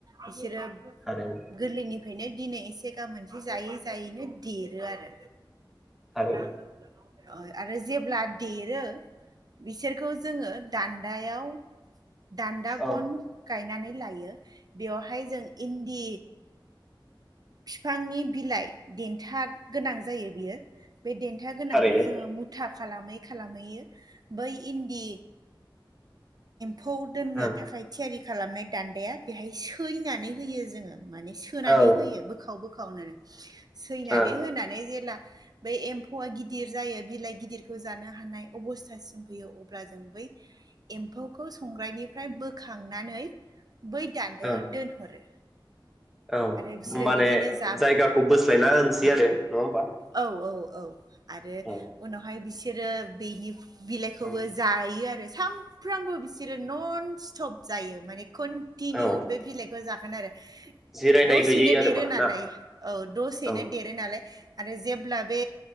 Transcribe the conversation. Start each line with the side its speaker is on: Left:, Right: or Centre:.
Right: बिसोरो
Centre: थारैनो
Right: गोरलैनिफ्रायनो दिनै एसे गाबोन एसे जायो। फिसायैनो देरो आरो
Centre: थारैनो
Right: <unintelligible> आरो जेब्ला देरो बिसोरखौ जोङो दान्दायाव दान्दागन
Centre: औ
Right: गायनानै लायो बेयावहाय जों इन्दि बिफांनि बिलाइ देन्था गोनां जायो बियो बे देन्था गोनांखौ
Centre: थारैनो
Right: जोंङो मुथा खालामै खालामैयो बै इन्दि खौ दोननो
Centre: ओं
Right: थाखाय थियारि खालामनाय दान्दाया बेहाय सैनानै होयो जोंङो माने सोनानै
Centre: औ
Right: होयो बोखाव बोखावनो सैनानै
Centre: ओं
Right: होनानै जेब्ला बै एम्फौआ गिदिर जायो बिलाइ गिदिरखौ जानो हानाय अबस्था सिम फैयो अब्ला जों बै एम्फौखौ संग्रानिफ्राय बोखांनानै बै दान्दायाव
Centre: ओं
Right: दोनहरो
Centre: औ
Right: आरो बिसोरो
Centre: माने
Right: बिदिनो जाब
Centre: जायगाखौ बोस्लायना होनोसै आरो। होमबा
Right: औ औ। औ। आरो
Centre: औ
Right: उनावहाय बिसि बिसोरो बेनि बिलाइखौबो
Centre: औ
Right: जायो आरो। सामफ्रामबो बिसि न'न सट'प जायो। माने कन्टिनिउ
Centre: औ
Right: बे बिलाइखौ जागोन आरो
Centre: जिरायनाय
Right: दसेनो
Centre: गैयै आरो
Right: देरो
Centre: मा
Right: नालाय
Centre: ना
Right: औ दसेनो
Centre: औ
Right: देरो नालाय। आरो जेब्ला बे